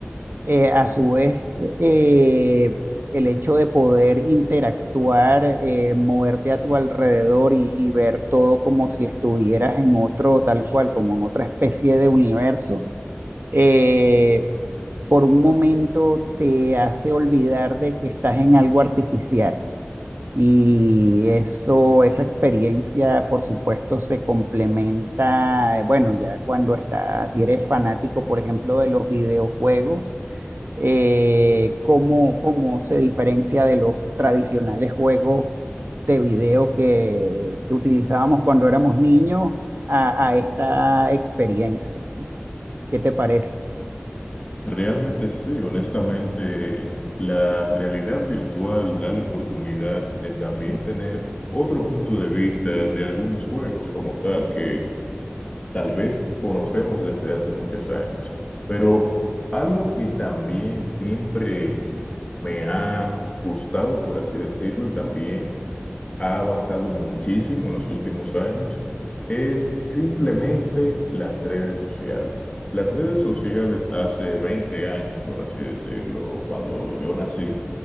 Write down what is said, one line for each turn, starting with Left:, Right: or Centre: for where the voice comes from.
Right: eh, a su vez eh, el hecho de poder interactuar, eh, moverte a tu alrededor y y ver todo como si estuvieras en otro, tal cual, como en otra especie de universo eh, por un momento te hace olvidar de que estás en algo artificial. Y eso, esa experiencia, por supuesto, se complementa, eh, bueno, ya cuando estás, si eres fanático, por ejemplo, de los videojuegos, eh, cómo, cómo se diferencia de los tradicionales juegos de video que, que utilizábamos cuando éramos niños a, a esta experiencia. ¿Qué te parece?
Left: Realmente sí, honestamente, la realidad virtual da la oportunidad de también tener otro punto de vista de algunos juegos como tal, que tal vez conocemos desde hace muchos años. Pero algo que también siempre me ha gustado, por así decirlo, y también ha avanzado muchísimo en los últimos años es simplemente las redes sociales. Las redes sociales hace 20 años, por así decirlo, cuando yo nací,